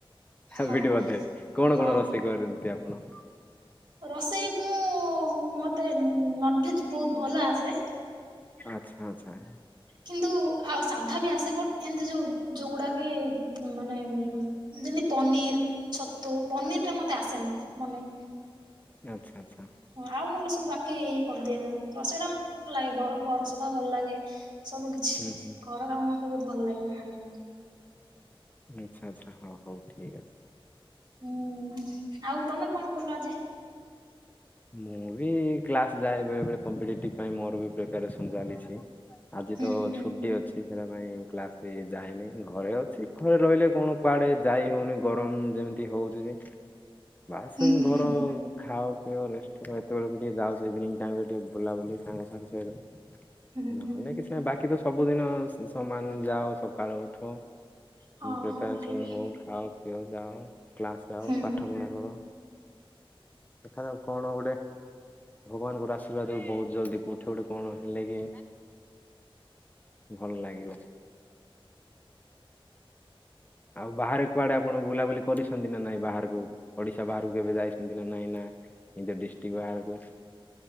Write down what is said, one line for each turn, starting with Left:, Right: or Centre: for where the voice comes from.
Left: ହାବିଟି
Right: ହଁ
Left: ବୋଧେ କଣ
Right: ହଁ
Left: କଣ ରୋଷେଇ କରନ୍ତି ଆପଣ?
Right: ରୋଷେଇ ମୁଁ। ମତେ ନନଭେଜ ବହୁତ ଭଲଆସେ।
Left: ଆଚ୍ଛା ଆଚ୍ଛା।
Right: କିନ୍ତୁ ଆଉ ସାଧାବି ଆସେ ବଟ ଏମିତି ଯୋଉ ଯୋଉଗୁଡାକି ମାନେ ଯେମିତି ପନିର ଛତୁ ପନିରଟା ମତେ ଆସେନି ମନେ
Left: ଆଚ୍ଛା ଆଚ୍ଛା।
Right: ହଁ ଆଉ ନହେଲେ ସବୁ ବାକି କରିଦିଏ ମୁଁ ରୋଷେଇଟା ଭଲଲାଗେ ଘର ଫର ସଫା ଭଲଲାଗେ। ସବୁ କିଛି
Left: ହୁଁ ହୁଁ
Right: ଘର କାମ ମତେ ବହୁତ ଭଲଲାଗେ ହଁ।
Left: ଆଚ୍ଛା ଆଚ୍ଛା ହଉ ହଉ ଠିକଅଛି।
Right: ହୁଁ ଆଉ ତମେ କଣ କଲ ଆଜି?
Left: ମୁଁବି କ୍ଲାସ ଯାଏ ବେଳେ ବେଳେ କମ୍ପିଟେଟିଭ ପାଇଁ ମୋରବି ପ୍ରିପାରେସନ ଚାଲିଛି। ଆଜିତ
Right: ହୁଁ ହୁଁ
Left: ଛୁଟିଅଛି। ଦି ଥର ପାଇଁ କ୍ଲାସବି ଯାଇନି ଘରେଅଛି ଘରେ ରହିଲେ କଣ କୁଆଡେ ଯାଇ ହେଉନି। ଗରମ ଯେମିତି ହଉଛିବି ବାସ
Right: ହୁଁ
Left: ଘର
Right: ହୁଁ
Left: ଖାଅ ପିଓରେଷ୍ଟ କର ଏତେବେଳକୁ ଟିକିଏ ଯାଉଛି ଇଭିନିଂ ଟାଇମରେ ଟିକିଏ ବୁଲାବୁଲି ସାଙ୍ଗସାଥୀ ସହିତ।
Right: ହୁଁ ହୁଁ
Left: ନହେଲେ
Right: ହୁଁ।
Left: କିଛିନାହିଁ ବାକିତ ସବୁଦିନ ସମାନ ଯାଅ ସକାଳୁ ଉଠ।
Right: ହଁ
Left: ପ୍ରିପାରେସନ
Right: ହଁ ଠିକ
Left: ହଉ ଖାଅ ପିଉ ଯାଅ କ୍ଲାସ ଯାଅ
Right: ହୁଁ
Left: ପାଠ
Right: ହୁଁ।
Left: ପଢ଼ାକର। ଦେଖାଯାଉ କଣ ଗୋଟେ। ଭଗବାନଙ୍କର ଆଶୀର୍ବାଦରୁ ବହୁତ ଜଲ୍ଦି କଉଠି ଗୋଟେ କଣ ହେଲେବି ଭଲଲାଗିବ। ଆଉ ବାହାରେ କୁଆଡେ ଆପଣ ବୁଲାବୁଲି କରିଛନ୍ତିନା ନାଇଁ ବାହାରକୁ। ଓଡ଼ିଶା ବାହାରକୁ କେବେ ଯାଇଛନ୍ତିନା ନାଇଁ ନାଁ ନିଜ ଡିଷ୍ଟ୍ରିକ ବାହାରକୁ।